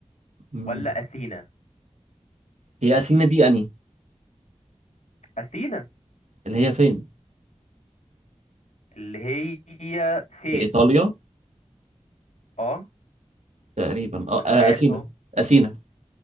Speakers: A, on the right; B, on the left.
A: مم.
B: ولا اثينا
A: هي اثينا دي اني
B: اثينا
A: اللي هي فين
B: اللي هي فين
A: في ايطاليا
B: اه
A: تقريبا اه
B: ما انت
A: آه،
B: عارف
A: اثينا
B: اهو
A: اثينا